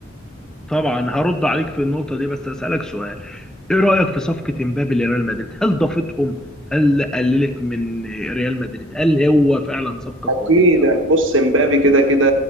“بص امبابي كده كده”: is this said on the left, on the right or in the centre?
Right